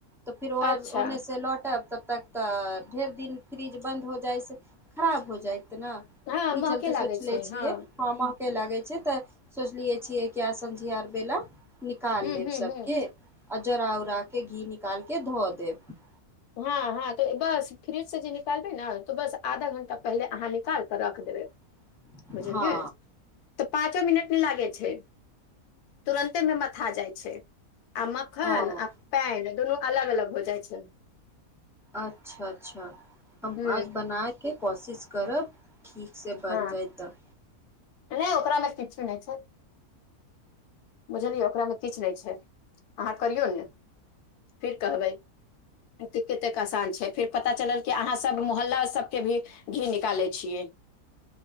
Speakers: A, in the centre; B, on the left.
A: तऽ फिर
B: अच्छा
A: ओने से लौटब तऽ तक तऽ ढेर दिन फ्रिज बन्द हो जाय से खराब हो जेत ने
B: हँ
A: ई
B: महके
A: चलते
B: लागै
A: सोचले
B: छै
A: छियै
B: हँ
A: लागै छै तऽ सोचलियै छियै कि आज़ संझीयार बेला निकाल
B: हूँ
A: लेब
B: हूँ
A: सबके
B: हूँ
A: आ जरा उरा के घी निकालके ध देब
B: हँ हँ त बस फ्रिज से जे निकालबे ने तो बस आधा घंटा पहिले अहाँ निकाल क रख दे
A: <unintelligible>
B: बुझलियै
A: हँ
B: तऽ पाँचो मिनट नहि लागे छै तुरन्ते मे मथा जाइ छै आ मखन
A: ओ
B: आ पेन दुनू अलग अलग हो जाइ छै
A: अच्छा अच्छा हम
B: ह
A: आज बना के कोशिश करब ठीक से बन
B: हँ
A: जाय त
B: नहि ओकरा में किछु नहि छै बुझलियै ओकरा में किछु नहि छै अहाँ करियौ ने फिर कहबै तऽ कतेक आसान छै फेर पता चलल कि अहाँसभ मोहल्ला सभके भी घी निकालै छियै